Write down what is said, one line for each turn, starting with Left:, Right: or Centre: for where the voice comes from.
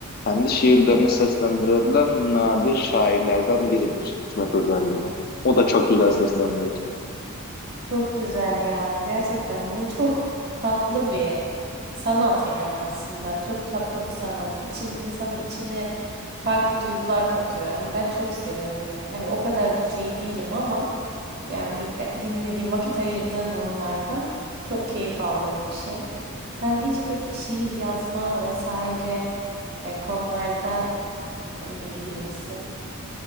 Left: kendi şiirlerini seslendirebilen nadir şairlerden biridir. İsmet
Right: Evet.
Left: Özel gibi. O da çok güzel
Right: Evet.
Left: seslendirir.
Right: Çok güzel ya. Gerçekten bu çok tatlı bir sanat yani aslında. Çok tatlı bir sanat. İçin insanın içine farklı duygular katıyor. Yani ben çok seviyorum ya. Hani o kadar şey değilim ama yani e, dinlediğim, vakit ayırdığım anlarda çok keyif aldığım bir şey. Sen hiç peki şiir yazma vesaire e, konularda hani ilgili misin?